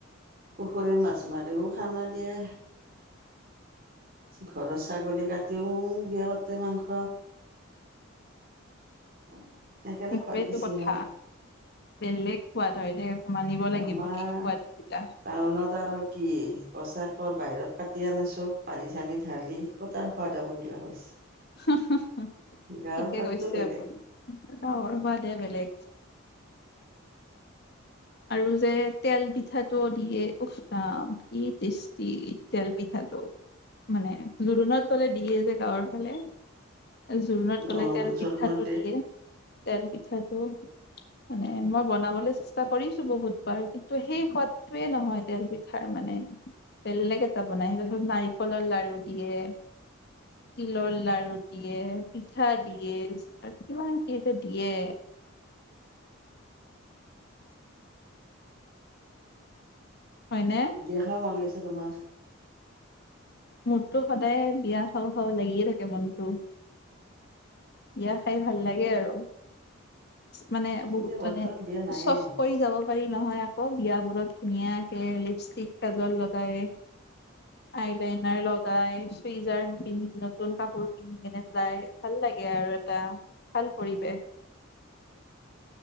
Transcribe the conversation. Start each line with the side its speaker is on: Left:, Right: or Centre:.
Right: পুখুৰীৰ মাছ মাৰিও খানা দিয়ে, ঘৰৰ ছাগলী কাটিও বিয়া পাত--। তে মাংস। <inaudible>
Left: সেইটোৱেই
Right: সোৱাদ বেছি
Left: টো কথা
Right: হয়
Left: বেলেগ সোৱাদ। <unintelligible> লাগিব
Right: আমাৰ
Left: সেই সোৱাদ কেইটা।
Right: টাউনত আৰু কি? পঁচাক বাহিৰত কাটি আনিছোঁ পানী চানী ঢালি। কত আৰ সোৱাদ হব ইবিলাক হৈছে।
Left: হাঁহ হাঁহ
Right: গাঁৱৰ
Left: থিকে
Right: সোৱাদটো
Left: কৈছে
Right: বেলেগ
Left: আপুনি। গাঁওৰ সোৱাদে বেলেগ। আৰু যে তেল পিঠাটো দিয়ে। উফ ৰাম কি টেষ্টি তেল পিঠাটো মানে। জোৰোণত গ'লে দিয়ে যে গাঁৱৰ ফালে। জোৰণত গলে
Right: অঁ
Left: তেল
Right: জোৰোণত
Left: পিঠাটো দিয়ে। তেল পিঠাটো। মানে মই বনাবলৈ চেষ্টা কৰিছো। বহুত বাৰ কিন্তু সেই সোৱাদটোৱে নহয় তেল পিঠাৰ মানে। বেলেগ এটা বনাই <unintelligible> নাৰিকলৰ লাৰু দিয়ে, তিলৰ লাৰু দিয়ে, পিঠা দিয়ে আৰু কিমান কি যে দিয়ে। হয়নে?
Right: বিয়া খাবা মন গৈছে। তোমাৰ।
Left: মোৰটো সদায় বিয়া খাওঁ খাওঁ লাগিয়ে থাকে মনটো। বিয়া খাই ভাল লাগে আৰু। মানে বহুত
Right: এতিয়া বৰ্তমান
Left: মানে
Right: বিয়া নায়ে
Left: চখ কৰি যাব পাৰি নহয় আ আকৌ বিয়াবোৰত ধুনীয়াকে লিপষ্টিক কাজল লগাই, আইলাইনাৰ লগাই, চুইজাৰ পিন্ধি নতুন কাপোৰ পিন্ধি কেনে যাই ভাল লাগে। গে আৰু এটা ভাল পৰিৱেশ।